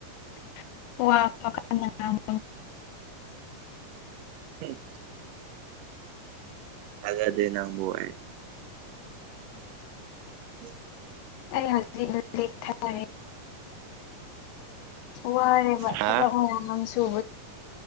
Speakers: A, on the left; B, on the right.
A: ꯑꯣ
B: ꯎꯝ ꯇꯖꯥꯗꯦ ꯅꯪꯕꯣꯏ ꯎꯨ
A: ꯑꯩ ꯍꯧꯖꯤꯛ ꯑꯗꯨꯊꯔꯦ ꯋꯥꯔꯦꯕꯥ
B: ꯍꯥ
A: ꯆꯕ ꯌꯥꯝꯥꯡꯁꯨꯣ